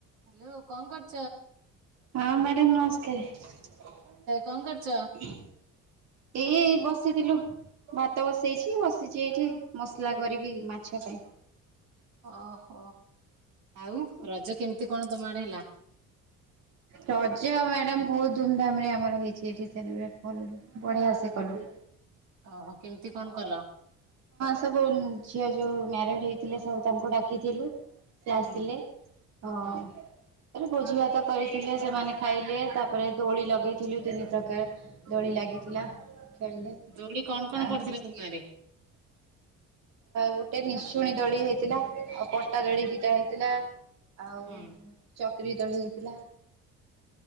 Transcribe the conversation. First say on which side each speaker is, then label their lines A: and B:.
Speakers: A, on the right; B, on the right.
A: Hello କଣ କରୁ
B: ହଁ ମ୍ୟାଡ଼ାମ ନମସ୍କାର।
A: କଣ କରୁଛ?
B: ଏଇ ଏଇ ବସିଥିଲୁ। ଭାତ ବସେଇଛି ବସିଛି ଏଇଠି। ମସଲା କରିବି ମାଛ। ସେପ ପାଇଁ
A: ଓହୋ। ଆଉ ରଜ କେମିତି କଣ ତମ ଆଡେ ହେଲା?
B: ରଜ ମ୍ୟାଡାମ ବହୁତ ଧୁମଧାମ ରେ ଆମର ହେଇଛି ଏଠି କଲ ବଢିଆ ସେ କଲୁ।
A: ଓହୋ କେମିତି କଣ କଲ?
B: ତ ଝିଅ ଯୋଉ ମ୍ୟାରିଡ ହେଇ ଥିଲେ ସବୁ ତାଙ୍କୁ ଡାକିଥିଲୁ ସେ ଆସିଲେ
A: ହୁଁ
B: ହଁ।
A: ହୁଁ
B: ଏଇ ଭୋଜି ଭାତ କରିକି ଥିଲେ ସେମାନେ ଖାଇଲେ ତାପରେ ଦୋଳି ଲଗେଇଥିଲୁ ତିନି ପ୍ରକାର ଦୋଳି ଲାଗିଥିଲା। ଖେଳିଲେ
A: ଦୋଳି କଣ କଣ
B: ଆ
A: ପୁଥିଲେ ତୁମ ଗାଁ ରେ।
B: ଗୋଟେ ନିଶୁଣୀ ଦୋଳି ହେଇଥିଲା ଆଉ ପଟା ଦୋଳି ଦିଟା ହେଇଥିଲା। ଆଉ
A: ହୁଁ
B: ଚକ୍ ତଣେ ହେଇଥିଲା।